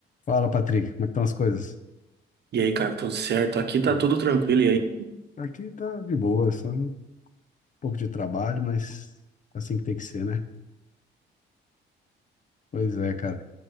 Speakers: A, on the left; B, on the right.
A: Fala, Patrick, como é que estão as coisas?
B: E aí, cara, tudo certo? Aqui tá
A: tudo
B: tudo tranquilo. E aí?
A: Aqui tá de boa, só um pouco de trabalho, mas assim que tem que ser, né? Pois é, cara.